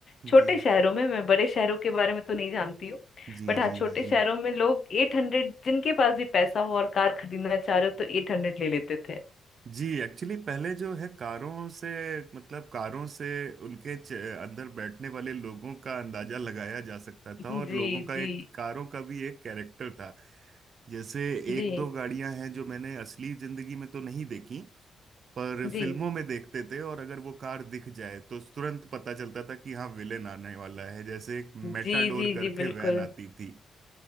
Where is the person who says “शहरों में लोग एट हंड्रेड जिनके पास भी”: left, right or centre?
Left